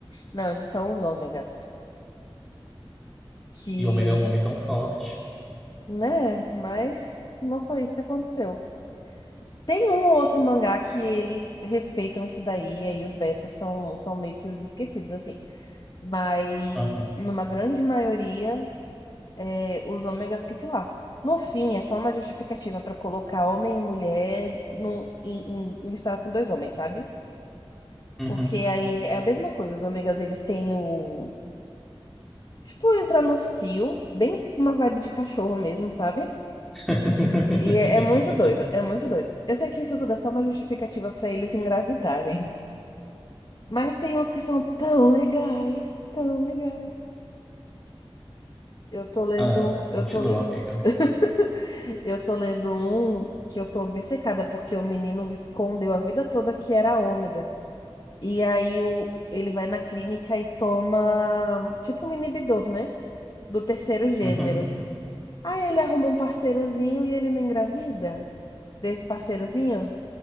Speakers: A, on the left (about 50°); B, in the centre.
A: não, esses são os ômegas, que,
B: E ômega é um nome tão forte.
A: né, mas não foi isso que aconteceu. Tem um ou outro mangá que eles respeitam isso daí, e aí os betas são, são meio que os esquecidos, assim. Mas,
B: Aham.
A: numa grande maioria, é, os ômegas que se lascam. No fim, é só uma justificativa para colocar homem e mulher num, em, em, em uma história com dois homens, sabe?
B: Uhum.
A: Porque aí é a mesma coisa. Os ômegas, eles têm o. Tipo, entrar no cio, bem uma vibe de cachorro mesmo, sabe?
B: <laughs>
A: E é, é muito doido, é muito doido. Eu sei que isso tudo é só uma justificativa pra eles engravidarem. Mas tem uns que são tão legais, tão legais. Eu tô lendo,
B: Ah,
A: eu
B: continua,
A: tô le...
B: amiga.
A: <laughs> eu tô lendo um que eu tô obcecada porque o menino escondeu a vida toda que era ômega. E aí o... ele vai na clínica e toma tipo um inibidor, né? Do terceiro gênero.
B: Uhum.
A: Aí ele arruma um parceirozinho e ele não engravida desse parceirozinho.